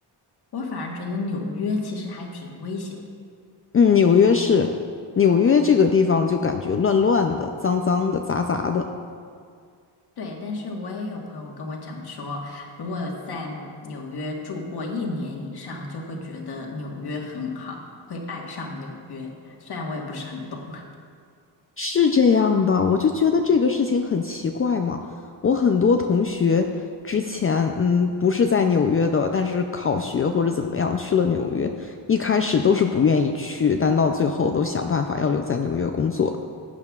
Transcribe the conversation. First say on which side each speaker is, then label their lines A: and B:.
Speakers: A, on the left; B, on the left.
A: 我反而觉得纽约其实还挺危险。
B: 嗯，纽约是，纽约这个地方就感觉乱乱的、脏脏的、杂杂的，
A: 对，但是我也有朋友跟我讲说，如果在纽约住过一年以上，就会觉得纽约很好，会爱上纽约。虽然我也不是很懂。<laughs>
B: 是这样的。我就觉得这个事情很奇怪嘛。我很多同学之前，嗯，不是在纽约的，但是考学或者怎么样去了纽约，一开始都是不愿意去，但到最后都想办法要留在纽约工作。